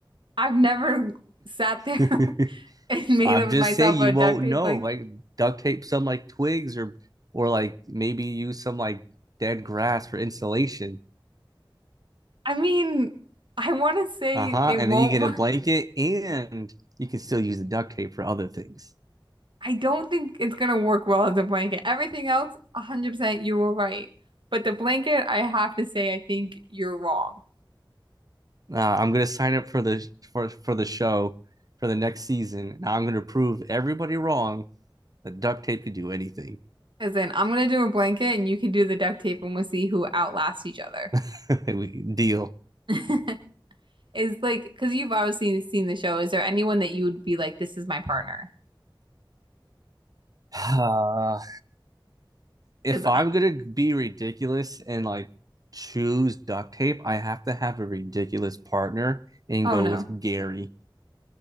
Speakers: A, on the right; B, on the right.
A: I've never sat there
B: <laughs>
A: <laughs> and made
B: I'm
A: of
B: just
A: myself
B: saying you
A: a duct
B: won't
A: tape
B: know.
A: like
B: Like duct tape some like twigs or or like maybe use some like dead grass for insulation.
A: I mean I want to say
B: Uh-huh.
A: it won't
B: And then you get a blanket and you can still use the duct tape for other things.
A: I don't think it's gonna work well as a blanket. Everything else, 100% you were right. But the blanket, I have to say, I think you're wrong.
B: Uh, I'm gonna sign up for the for for the show for the next season. And I'm gonna prove everybody wrong that duct tape can do anything.
A: As in, I'm gonna do a blanket and you can do the duct tape and we'll see who outlasts each other.
B: <laughs> we deal. <sighs>
A: <laughs> Is like, because you've obviously seen the show. Is there anyone that you would be like, this is my partner?
B: Uh, if
A: Because
B: I'm
A: I,
B: gonna be ridiculous and like choose duct tape, I have to have a ridiculous partner and
A: oh
B: go
A: no.
B: with Gary.